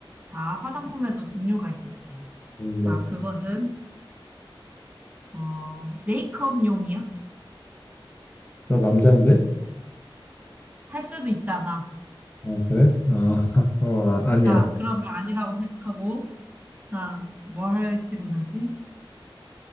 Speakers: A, on the right; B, on the left.
A: 자, 화장품에도 종류가 있겠지.
B: 음,
A: 자,
B: 나,
A: 그것은, 어, 메이크업용이야?
B: 나 남잔데?
A: 할 수도 있잖아.
B: 어, 그래? 아, <laughs> 어, 아, 아니야.
A: 자, 그러면 아니라고 생각하고, 자, 뭐 할 질문하지?